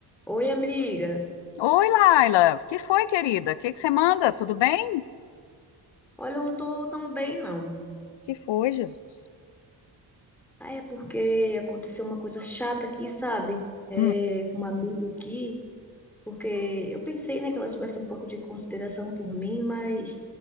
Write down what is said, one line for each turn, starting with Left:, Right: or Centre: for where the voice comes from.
Centre: Oi, amiga.
Left: Oi, Laila. Que foi, querida? O que que você manda? Tudo bem?
Centre: Olha, eu não tô tão bem, não.
Left: Que foi, Jesus?
Centre: Ah, é porque aconteceu uma coisa chata aqui, sabe? É,
Left: Hum,
Centre: com uma amiga aqui. porque eu pensei, né, que ela tivesse um pouco de consideração por mim, mas